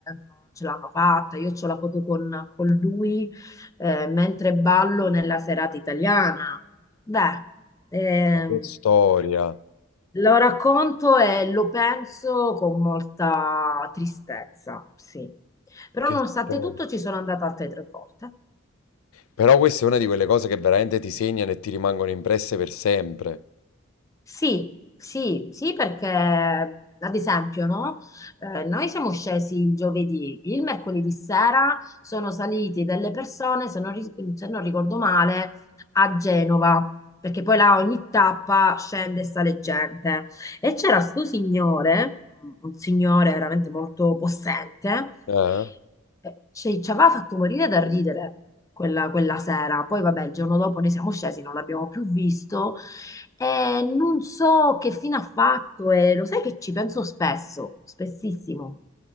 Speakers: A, on the left (about 15°); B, on the left (about 80°).
A: non ce l'hanno fatta. Io ho la foto con, con lui eh, mentre ballo nella serata italiana. Beh, ehm,
B: Ma che storia,
A: lo racconto e lo penso con molta tristezza, sì. Però
B: che
A: nonostante
B: storia.
A: tutto ci sono andata altre tre volte.
B: Però questa è una di quelle cose che veramente ti segnano e ti rimangono impresse per sempre.
A: Sì, sì, sì, perché ad esempio, no? Eh, noi siamo scesi il giovedì, il mercoledì sera sono saliti delle persone, se non, ri- se non ricordo male, a Genova, perché poi là ogni tappa scende e sale gente. E c'era sto signore, un signore veramente molto possente,
B: Eh?
A: eh, ci ci aveva fatto morire da ridere quella, quella sera. Poi vabbè, il giorno dopo noi siamo scesi, non l'abbiamo più visto. Eh, non so che fine ha fatto e lo sai che ci penso spesso, spessissimo,